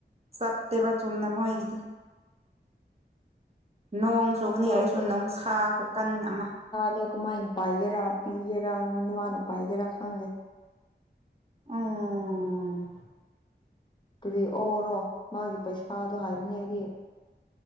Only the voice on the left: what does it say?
ꯑꯗꯣ
ꯑꯩꯈꯣꯏ
ꯑꯗꯣ ꯀꯃꯥꯏꯅ ꯄꯥꯏꯒꯦꯔꯥ ꯄꯤꯒꯦꯔ ꯅꯃꯅ ꯄꯥꯏꯒꯦꯔꯥ ꯈꯪꯗꯦ
ꯑꯗꯨꯗꯤ ꯑꯣꯔꯣ ꯃꯥꯒꯤ ꯄꯩꯁꯥꯗꯣ ꯍꯥꯏꯕꯅꯦ ꯑꯩꯗꯤ